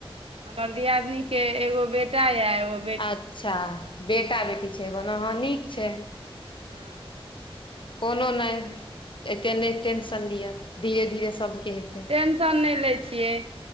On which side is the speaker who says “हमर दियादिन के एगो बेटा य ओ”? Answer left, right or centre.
Right